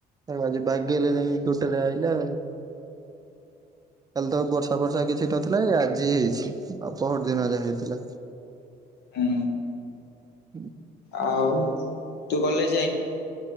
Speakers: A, on the right; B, on the left.
A: ତା ବାଗେଇଲେ ଯାଇକି ଟୋଟେଲି ଆଇିଲା। କାଲି ତ ବର୍ଷା ବର୍ଷା କିଛି ତ ନଥିଲା ଏଇ ଆଜି ହେଇଛି ଆଉ ପହରଦିନ ଯାହା ହେଇଥିଲା।
B: ହୁଁ।
A: ହୁଁ।
B: ଆଉ ତୁ କଲେଜ ଯାଇନୁ।